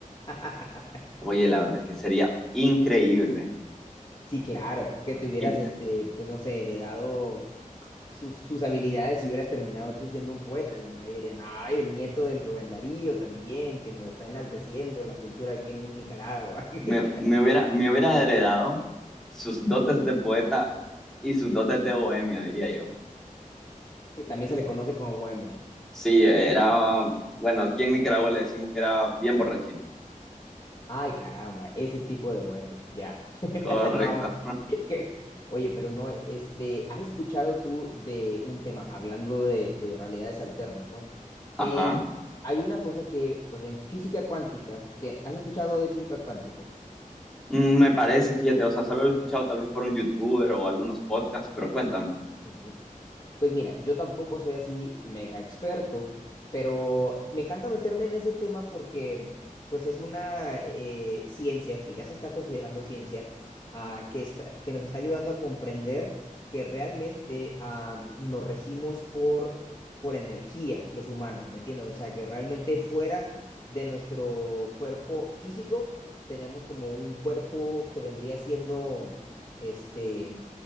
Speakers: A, on the left; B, in the centre.
A: <laughs>
B: Oye, la verdad es que sería increíble.
A: Sí, claro, que te hubieras,
B: Y
A: este, pues no sé, heredado sus, sus habilidades y hubieras terminado tú siendo un poeta y no ahí dirían, ay, el nieto del Rubén Darío también, que nos está enalteciendo la cultura aquí en Nicaragua, <laughs> que
B: me, me hubiera, me hubiera heredado sus dotes de poeta y sus dotes de bohemio, diría yo.
A: también se le conoce como bohemio.
B: Sí, era, bueno, aquí en Nicaragua le decimos que era bien borrachito.
A: Ay, caramba, ese tipo de bohemio, ya. <laughs>
B: Correcto.
A: No, que- oye, pero no, este, ¿has escuchado tú de un tema, hablando de, de realidades alternas, ¿no?
B: Ajá.
A: Em, hay una cosa que, pues en física cuántica, que, ¿has escuchado de física cuántica?
B: Mm, Me parece, fíjate, o sea, solo lo he escuchado tal vez por un youtuber o algunos podcasts, pero cuéntame,
A: Ujú. Pues mira, yo tampoco soy así mega experto, pero me encanta meterme en ese tema porque pues es una eh, ciencia que ya se está considerando ciencia, ah, que está, que nos está ayudando a comprender que realmente ah, nos regimos por, por energía los humanos, ¿me entiendes? O sea, que realmente fuera de nuestro cuerpo físico tenemos como un cuerpo que vendría siendo este